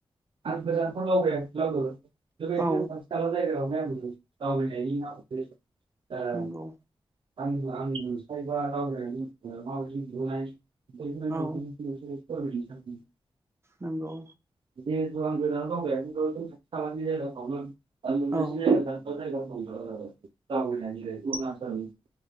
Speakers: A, on the right; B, on the right.
A: आं गोजानथाव लावबायाख लावबो लायखनो
B: औ
A: आं थाग्रा जायगायावहाय आं दावबायनायनि नामआवगाय ओ
B: नंगौ
A: आंबो आं नसायबा रावराय मावावजि नलाय <unintelligible>
B: औ नंगौ।
A: <unintelligible> <unintelligible>
B: औ